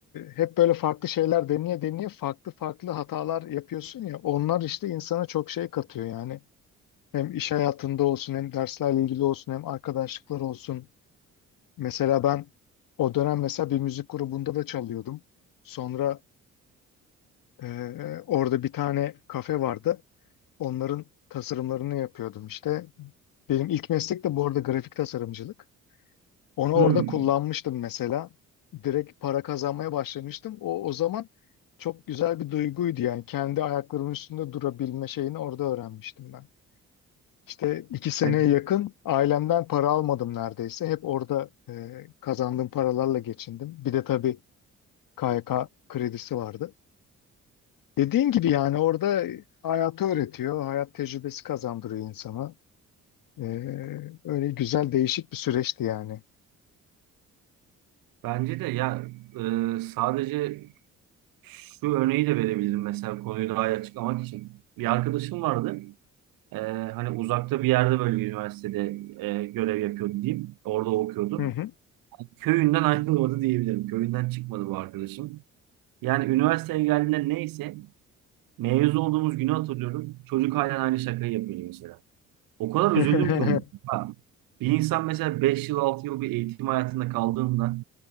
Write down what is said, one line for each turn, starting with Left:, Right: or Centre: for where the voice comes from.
Left: hep böyle farklı şeyler deneye deneye farklı farklı hatalar yapıyorsun ya onlar işte insana çok şey katıyor yani. Hem iş hayatında olsun hem derslerle ilgili olsun hem arkadaşlıklar olsun. Mesela ben o dönem mesela bir müzik grubunda da çalıyordum. Sonra e, orada bir tane kafe vardı. Onların tasarımlarını yapıyordum işte. Benim ilk meslek de bu arada grafik tasarımcılık. Onu orada
Right: Hmm.
Left: kullanmıştım mesela. Direkt para kazanmaya başlamıştım. O, o zaman çok güzel bir duyguydu yani. Kendi ayaklarımın üstünde durabilme şeyini orada öğrenmiştim ben. İşte iki seneye
Right: Evet,
Left: yakın ailemden para almadım neredeyse. Hep orada e, kazandığım paralarla geçindim. Bir de tabii KYK kredisi vardı. Dediğin gibi yani orada hayatı öğretiyor. Hayat tecrübesi kazandırıyor insana. E, öyle güzel değişik bir süreçti yani.
Right: Bence de ya e, sadece şu örneği de verebilirim mesela konuyu daha iyi açıklamak için. Bir arkadaşım vardı. E, hani uzakta bir yerde böyle bir üniversitede e, görev yapıyordu diyeyim. Orada okuyordu.
Left: Hı hı.
Right: Köyünden <laughs> ayrılmadı diyebilirim. Köyünden çıkmadı bu arkadaşım. Yani üniversiteye geldiğinde neyse mezun olduğumuz günü hatırlıyorum. Çocuk halen aynı şakayı yapıyor mesela. O kadar
Left: <laughs>
Right: üzüldüm ki onu. Bir insan mesela 5 yıl 6 yıl bir eğitim hayatında kaldığında